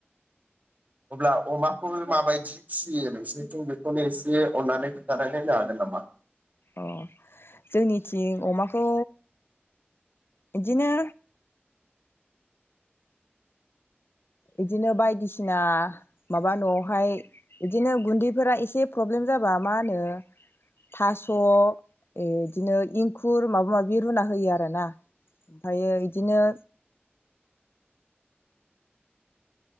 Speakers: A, on the right (about 40°); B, on the left (about 65°).
A: अब्ला अमाखौ माबायदि फिसियो नोंसिनिथिं बेखौनो एसे अननानै खोन्थानानै होनो हागोन नामा
B: अ जोंनिथिं अमाखौ इदिनो इदिनो बायदिसिना माबा न'आवहाय इदिनो गुन्दैफोरा एसे प्रब्लेम जाबा मा होनो थास' एदिनो इंखुर माबा माबि रुना होयो आरोना ओमफायो इदिनो